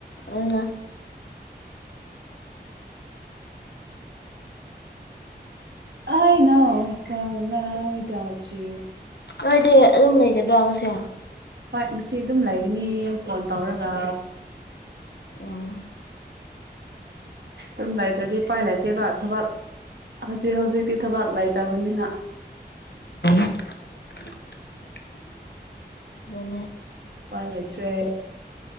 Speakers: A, on the left; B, on the right.
A: ꯑꯗꯨꯅ
B: ꯑꯩꯅ ꯍꯧ ꯏꯁꯇ ꯑꯃꯗ ꯍꯥꯁꯤ
A: ꯅꯣꯏꯗꯤ ꯑꯗꯨꯝ ꯂꯩꯒꯗ꯭ꯔꯣ ꯃꯁꯦ
B: ꯍꯣꯏ ꯉꯁꯤ ꯑꯗꯨꯝ ꯂꯩꯒꯅꯤ ꯐꯣꯟ ꯇꯧꯔꯒ
A: ꯎꯝ
B: ꯑꯗꯨꯨꯝ ꯂꯩꯇ꯭ꯔꯗꯤ ꯎꯄꯥꯏ ꯂꯩꯇꯦꯕ ꯊꯕꯛ ꯍꯧꯖꯤꯛ ꯍꯧꯖꯤꯛꯇꯤ ꯊꯥꯕꯛ ꯂꯩꯥꯏꯇꯕꯅꯤꯅ
A: <inaudible> <unintelligible> ꯑꯗꯨꯅꯦ <unintelligible>
B: ꯎꯄꯥꯏ ꯂꯩꯇ꯭ꯔꯦ